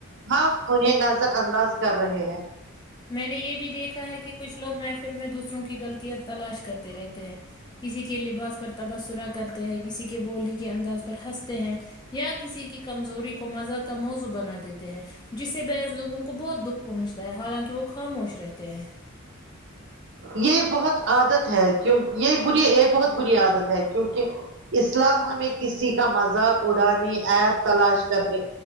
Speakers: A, on the right (about 55°); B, on the left (about 20°).
A: ہم انہیں نظر انداز کر رہے ہیں
B: جی میں نے یہ بھی دیکھا ہے کہ کچھ لوگ محفل میں دوسروں کی غلطیاں تلاش کرتے رہتے ہیں کسی کے لباس پر تبصرہ کرتے ہیں کسی کے بولنے کے انداز پر ہنستے ہیں یا کسی کی کمزوری کو مزہ کا موضوع بنا دیتے ہیں جسے بحث لوگوں کو کو بہت دکھ پہنچتا ہے حالانکہ وہ خاموش رہتے ہیں
A: یہ بہت عادت ہے کیوں یہ بری یہ بہت بری عادت ہے کیونکہ اسلام ہمیں کسی کا مذاق اڑانے ایپ تلاش کرنے